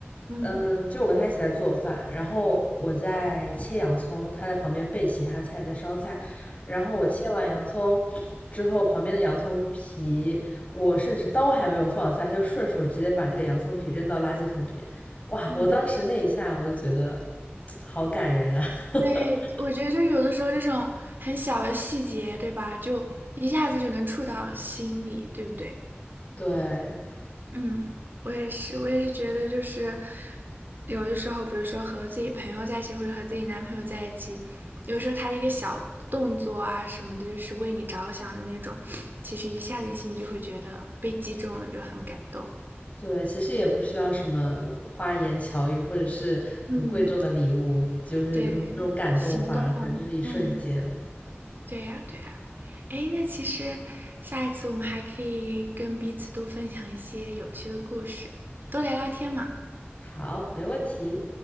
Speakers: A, on the right (about 50°); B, on the left (about 35°).
A: 嗯
B: 嗯，就我跟他一起在做饭，然后我在切洋葱，他在旁边备其他菜，在烧菜。然后我切完洋葱之后，旁边的洋葱皮，我甚至刀还没有放下，他就顺手直接把那个洋葱皮扔到垃圾桶里面。哇，
A: 嗯。
B: 我当时那一下我就觉得 <tsk> 好感人啊！<laughs>
A: 对，我觉得就有的时候这种很小的细节，对吧？就一下子就能触到心里，对不对？
B: 对
A: 嗯，我也是，我也是觉得就是有的时候，比如说和自己朋友在一起，或者和自己男朋友在一起，有的时候他的一个小动作啊什么的，就是为你着想的那种，其实一下子你心里就会觉得被击中了，就很感动。
B: 对，其实也不需要什么花言巧语，或者是很贵重的礼物，
A: 嗯，
B: 就是有那种那种感动，
A: 对，行动，
B: 反而可能就是一瞬间。
A: 嗯。对呀，对呀。哎，那其实下一次我们还可以跟彼此多分享一些有趣的故事，多聊聊天嘛。
B: 好，没问题。